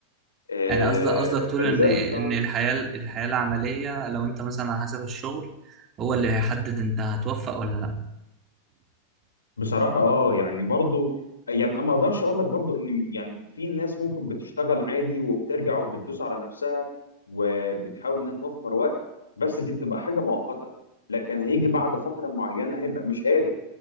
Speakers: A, on the left; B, on the right.
A: آه،
B: يعني قصدك قصدك تقول
A: فلذلك
B: ان ان
A: فعلا
B: الحياه الحياه العمليه لو انت مثلا على حسب الشغل هو اللي هيحدد انت هتوفق ولا لا
A: بصراحة اه يعني برضو يعني ما اقدرش اقول لك برضو ان يعني في ناس ممكن بتشتغل عادي وبترجع وبتدوس على نفسها وبتحاول انها توفر وقت بس دي بتبقى حاجة مؤقتة لكن هيجي بعد فترة معينة هيبقى مش قادر